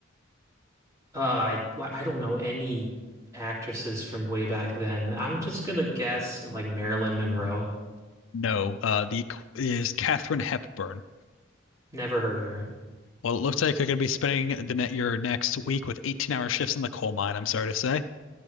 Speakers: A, on the right; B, on the left.
A: Uh, I wh- I don't know any actresses from way back then. I'm just gonna guess like Marilyn Monroe.
B: No, uh, the qu- is Katharine Hepburn.
A: Never heard of her.
B: Well, it looks like you're gonna be spending the net your next week with 18-hour shifts in the coal mine. I'm sorry to say.